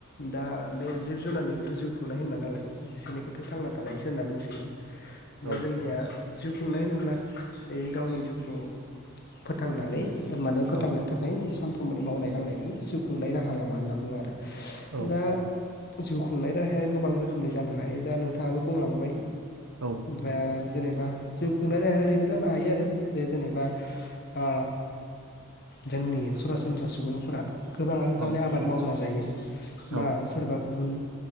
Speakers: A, on the left (about 50°); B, on the right (about 85°).
A: दा बे जि जनाारनिखौथ' जिउ खुंनाय होनना नालाय बिसोरनिखौथ' बे थांना थानायसो होनना बुंसिगोन
B: औ
A: दा जोंनिया जिउ खुंनाय होनोब्ला गावनि जिउखौ फोथांनानै माने फोथांनो
B: औ
A: थाखाय सम मावनाय दांनाय बेनो जिउ खुंनाय राहा लामा होनना बुङो आरो
B: औ
A: दा जिउ खुंनाय राहाया गोबां रोखोमनि जानो हायो दा नों थाङाबो बुंलांबाय
B: औ
A: दा जेनेब बा जिउ खुंनानै ओरैबो जानो हायो आरो जे जेनेबा ओ जोंनि सरासनस्रा सुबुंफोरा गोबाङानो थारमाने
B: औ
A: आबाद मावना जायो बा
B: औ
A: सोरबा गुबुन